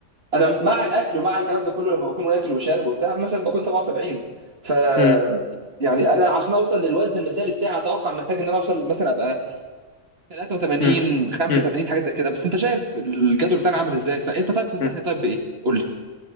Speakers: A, on the right; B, on the left.
A: انا مع الاكل ومع الكلام ده كله لما بكون واكل وشارب وبتاع مثلا بكون 77 ف
B: امم
A: يعني انا عشان اوصل للوزن المثالي بتاعي اتوقع محتاج ان انا اوصل مثلا ابقى 83
B: مم.
A: 85
B: مم.
A: حاجه زي كده بس انت شايف الجدول بتاعنا عامل ازاي فانت طيب تنصحني
B: مم.
A: طيب بايه قول لي